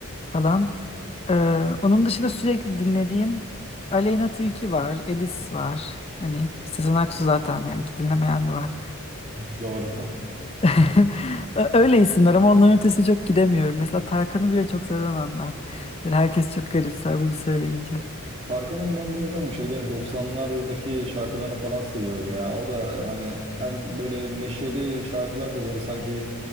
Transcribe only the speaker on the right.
Doğru. <laughs>
Tarkan'ın ben de hocam şeylerin 90'lardaki şarkılarını falan seviyorum ya. O da hani hem böyle neşeli şarkılar da böyle sanki